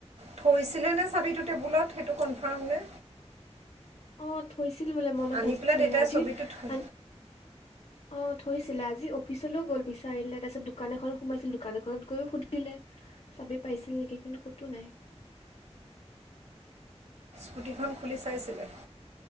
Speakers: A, on the right; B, on the left.
A: থৈছিলে নে চাবিটো টেবুলত সেইটো কনফাৰ্ম নে
B: অ থৈছিল বোলে মনত
A: আনি
B: আছে
A: পেলাই দেউতাই
B: আজি
A: ছবিটো থৈ
B: আন অ থৈছিলে আজি অফিচলৈও গ'ল বিচাৰিলে তাৰপিছত দোকান এখনো সোমাইছিল দোকান এখনত গৈয়ো সুধিলে চাবি পাইছিল নেকি কিন্তু ক'তো নাই
A: ধুটিখন খুলি চাইছিলে